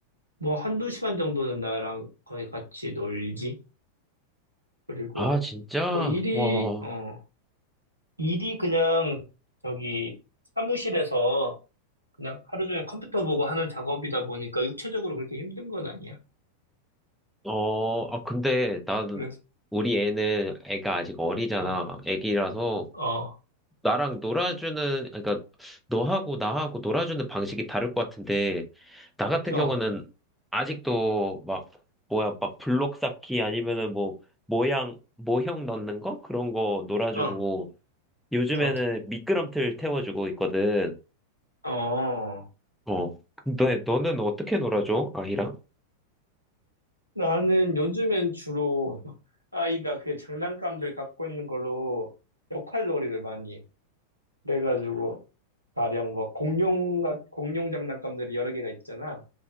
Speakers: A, on the right; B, in the centre.
A: 뭐 한두 시간 정도는 나랑 거의 같이 놀지. 그리고,
B: 아, 진짜?
A: 뭐 일이,
B: 와.
A: 어, 일이 그냥 저기 사무실에서 그냥 하루 종일 컴퓨터 보고 하는 작업이다 보니까 육체적으로 그렇게 힘든 건 아니야.
B: 어, 아, 근데 나는,
A: 그래서,
B: 우리 애는 애가 아직 어리잖아.
A: 어,
B: 애기라서
A: 어,
B: 나랑 놀아주는, 그러니까 너하고 나하고 놀아주는 방식이 다를 것 같은데, 나 같은
A: 어,
B: 경우는 아직도 막, 뭐야, 막 블록 쌓기 아니면은 뭐, 모양, 모형 넣는 거? 그런 거 놀아주고,
A: 어,
B: 요즘에는
A: 어,
B: 미끄럼틀 태워주고 있거든.
A: 어.
B: 어. 근데 너는 어떻게 놀아줘? 아이랑?
A: 나는 요즘엔 주로 아이가 그 장난감들 갖고 있는 걸로 역할놀이를 많이 해. 그래가지고 가령 뭐 공룡 같 공룡 장난감들이 여러 개가 있잖아.